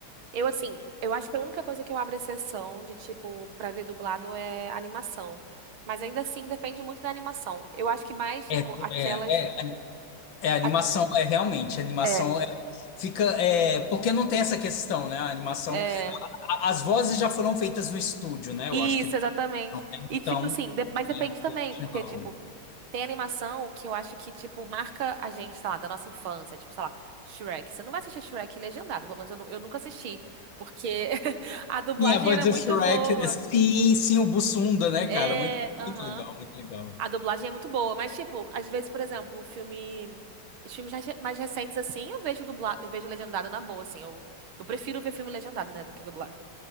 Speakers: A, on the right (about 70°); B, on the left (about 65°).
A: Eu, assim, eu acho que a única coisa que eu abro exceção de, tipo, pra ver dublado é animação. Mas ainda assim, depende muito da animação. Eu acho que mais, tipo,
B: É,
A: aquelas.
B: é, é, é a animação,
A: a-
B: é realmente, a animação
A: É,
B: é, fica, é, porque não tem essa questão, né? A animação,
A: é.
B: a- as vozes já foram feitas no estúdio, né? Eu
A: Isso,
B: acho que
A: exatamente. E,
B: então,
A: tipo, assim, de- mas depende
B: e
A: também,
B: original.
A: porque, tipo, tem animação que eu acho que, tipo, marca a gente, sei lá, da nossa infância. Tipo, sei lá, Shrek. Você não vai assistir Shrek legendado, pelo menos eu, nu- eu nunca assisti, porque <laughs> a dublagem
B: Sim, a voz
A: era
B: do
A: muito
B: Shrek.
A: boa.
B: Sim, sim, o Bussunda, né,
A: É,
B: cara? Muito,
A: aham.
B: muito legal, muito legal.
A: A dublagem é muito boa, mas, tipo, às vezes, por exemplo, um filme. Os filmes mais re- mais recentes, assim, eu vejo dublado, eu vejo legendado na boa, assim. Eu, eu prefiro ver filme legendado, né, do que dublado.